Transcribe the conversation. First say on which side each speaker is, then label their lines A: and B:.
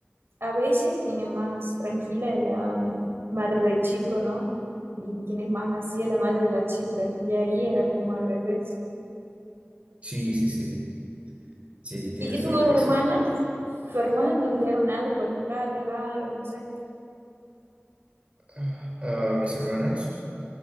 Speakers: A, on the right (about 60°); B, on the right (about 30°).
A: a veces tiene más tranquila es la madre del chico, ¿no? Y quien es más así es la madre de la chica. Y ahí era como al revés.
B: Sí, sí, sí, sí, tienes
A: ¿Y, y tus
B: toda la
A: hermanas?
B: razón.
A: Tus hermanas no dijeron nada, por ejemplo, ah, déjalo, no sé.
B: Ah, A mis hermanas,